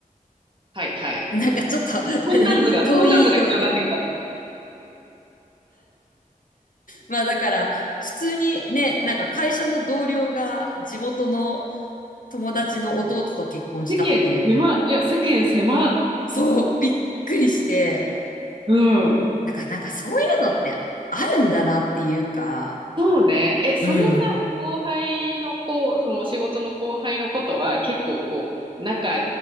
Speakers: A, on the right (about 35°); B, on the left (about 65°).
A: はいはい。
B: <laughs> なんかちょっと
A: 相関図が、
B: <laughs> 遠いようで。
A: 相関図が必要になってきた。
B: まあだから、普通にね、なんか会社の同僚が地元の友達の弟と結婚したっていう。
A: 世間狭、いや、世間狭。
B: そう、びっくりして、
A: うん。
B: だからなんかそういうのってあるんだなっていうか、
A: そうね。え、そのさ、
B: うん。
A: 後輩の子、そのお仕事の後輩のことは結構こう、仲